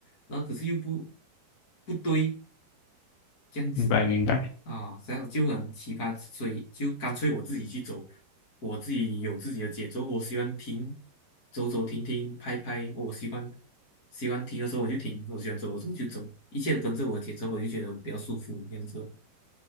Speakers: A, on the left; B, on the left.
A: 然后可是又不不对这样子
B: 明白明白。
A: 啊，这样就很奇葩，所以就干脆我自己去走，我自己有自己的节奏，我喜欢停，走走停停，拍拍，我喜欢喜欢停的时候我就停，我喜欢走的时候就走，一切都跟着我的节奏，我就觉得比较舒服这样子。